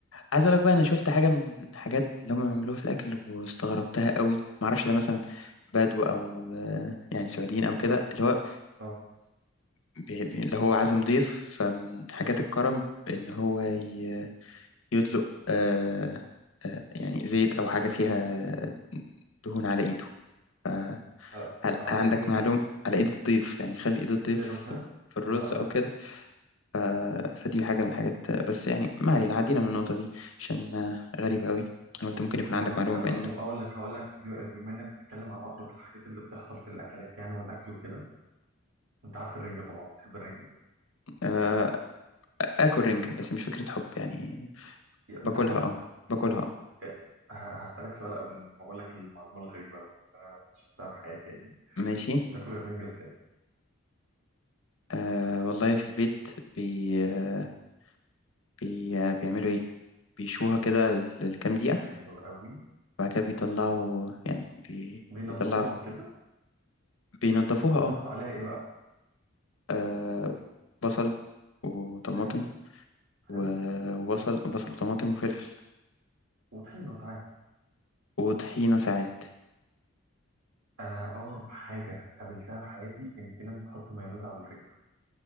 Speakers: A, on the left; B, on the right.
A: عايز أقول لك بقى أنا شفت حاجة من الحاجات اللي هم بيعملوها في الأكل واستغربتها قوي معرفش ده مثلا بدو أو آه، يعني سعوديين أو كده اللي هو
B: اه
A: بي... بي- اللي هو عازم ضيف فمن حاجات الكرم إن هو ي... يدلق آه آه يعني زيت أو حاجة فيها آه، دهون على إيده فهل
B: على على
A: عندك
B: ايد مين؟
A: معلومة على إيد الضيف يعني خلي إيد الضيف
B: ايه ده بجد؟
A: في الرز
B: لا انا
A: أو
B: ما
A: كده
B: اعرفش
A: ف... فدي حاجة من الحاجات بس يعني ما علينا عدينا من النقطة دي عشان آه، غريبة أوي أنا قلت ممكن يكون
B: ما
A: عندك
B: اعرف
A: معلومة
B: طب
A: بإن
B: طب اقول لك هقول لك ب- بما انك بتتكلم عن اغرب الحاجات اللي بتحصل في الاكلات يعني والاكل وكده انت عارف الرنجة طبعا بتحب الرنجة
A: آه، آكل رنجة بس مش فكرة حب يعني
B: بتاكلها
A: باكلها أه باكلها أه
B: إيه، ه- هسألك سؤال قبل ما اقول لك المعلومة الغريبة اللي انا شفتها في حياتي يعني
A: ماشي
B: بتاكل الرنجة ازاي؟
A: آه والله في البيت بي... آه، بي... آه، بيعملوا إيه بيشوها كده لكام دقيقة
B: حلو قوي
A: بعد كده بيطلعوا يعني بي...
B: بينضفوها
A: بيطلع
B: وكده
A: بينضفوها
B: بتحط
A: اه
B: عليها ايه بقى؟
A: آه، بصل وطماطم
B: حلو
A: و-
B: حلو
A: وبصل بصل وطماطم وفلفل
B: وطحينة ساعات
A: وطحينة ساعات
B: أنا أغرب حاجة قابلتها في حياتي إن في ناس بتحط مايونيز على الرنجة